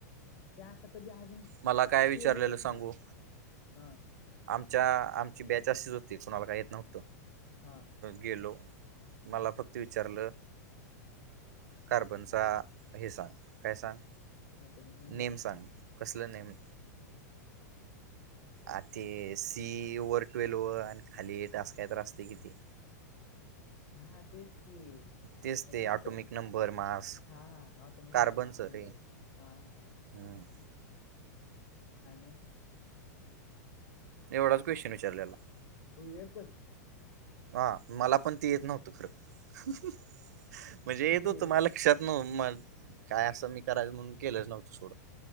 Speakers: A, on the left (about 55°); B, on the right (about 70°).
A: ते आता कधी अजून
B: मला काय विचारलेलं
A: केलेलंच नाही
B: सांगू
A: हा
B: आमच्या आमची बॅच अशीच होती कोणाला काही येत नव्हतं
A: हा
B: गेलो मला फक्त विचारलं कार्बनचा हे सांग काय सांग
A: ॲटोमिक नंबर
B: नेम सांग कसलं नेम आ ते सी वर ट्वेल्व व आणि खाली ए ट अस काय तर असते किती
A: हा तेच की
B: तेच ते
A: कोणतं
B: ऑटोमिक नंबर मास
A: हा हा ऑटोमेिक
B: कार्बनच
A: नंबर माच नंबर
B: रे
A: हा हा हा
B: हम्म
A: आणि
B: एवढा क्वेशन विचारलेला
A: हो एकच
B: हा मला पण ते येत नव्हत खरं म्हणजे येत
A: अरे
B: होतं मला लक्षात नव मग काय असं मी करायचं म्हणून केलंच नव्हतं सोडं